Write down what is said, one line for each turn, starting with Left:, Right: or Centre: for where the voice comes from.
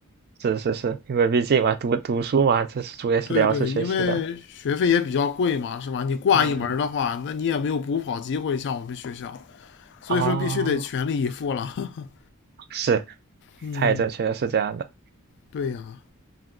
Right: 是是是，因为毕竟嘛读读书嘛，这是主要是聊是学习的，
Left: 对对，因为学费也比较贵嘛，是吧？你挂一门儿的话，
Right: 嗯
Left: 那你也没有补考机会，像我们学校，所以说必须得全力以赴了。
Right: 哦。
Left: <laughs>
Right: 是，
Left: 嗯，
Right: 太正确实是这样的。
Left: 对呀，